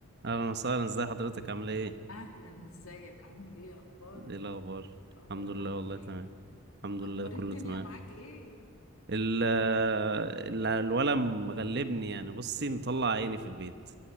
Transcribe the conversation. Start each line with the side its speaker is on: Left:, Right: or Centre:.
Right: اهلا وسهلا ازي حضرتك عامله ايه
Left: اهلا ازيك عامل ايه اخبارك
Right: ايه الاخبار
Left: اخبارك
Right: الحمد لله
Left: عامل
Right: والله
Left: ايه
Right: تمام الحمد
Left: اخبار
Right: لله كله
Left: الدنيا
Right: تمام
Left: معاك ايه
Right: ال ال- الولد مغلبني يعني بصي مطلع عيني في البيت